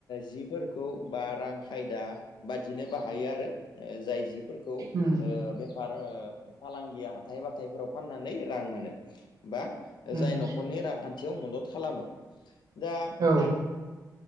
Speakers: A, on the left; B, on the right.
A: जिफोरखौ बा रां खायदा बाददिनो बाहायो आरो ओ जाय जिफोरखौ ओ
B: उम
A: बेफारो फालां हाथथाय बाथथायफोराव फाननानै रां मोनो बा
B: उम
A: जाय न'खरनि रांखान्थियाव मदद खालामो दा
B: औ